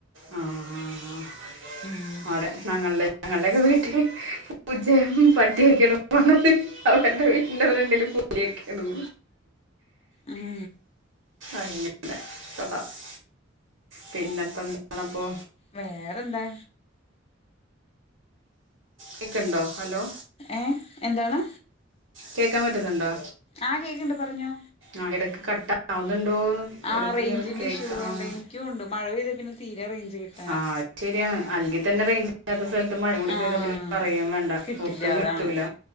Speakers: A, on the right; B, on the left.
A: ആ ആ
B: ഉം
A: ആ അടെ ഞങ്ങളുടെ ഞങ്ങളുടെയൊക്കെ വീട്ടില് പൂജയും പട്ടിയൊക്കണം അവരുടെ <unintelligible> വീട്ടന്റെവരുണ്ടേിലും പൊല്ലിയക്കണം
B: ആഹ്
A: ആല്ല <unintelligible> ച <inaudible> പിന്നെപ്പ എന്തണപ്പോൊ
B: വേറെന്താ
A: കേക്കുണ്ടോ ഹലോ
B: ഏ എന്താണ്
A: കേക്കാൻ പറ്റുന്നുണ്ടോ
B: ആ കേക്കിണ്ട് പറഞ്ഞോ
A: ആ ഇടക്ക് കട്ടാവുന്നുണ്ടോന്ന്
B: ആ
A: ഇടക്ക്
B: റേഞ്ചിന്റെ
A: ഇങ്ങനെ കേൾക്കാം
B: ഇഷ്യൂ ഉള്ള ഉണ്ട് എനിക്കും ഉണ്ട് മഴ പെയ്ത പിന്നെ തീരെ റേഞ്ച് കിട്ടും
A: ആഹ അത് ശരിയാണ് അല്ലങ്കിൽ തന്നെ റേഞ്ച്ല്ലാ ത്ത സ്ഥല തും മഴകൂടി
B: ആഹ്
A: പെയ്താ പിന്നെ പറയാ വേണ്ട
B: കിട്ടില്ല
A: ഒട്ടും കിട്ടൂല
B: അതാണ്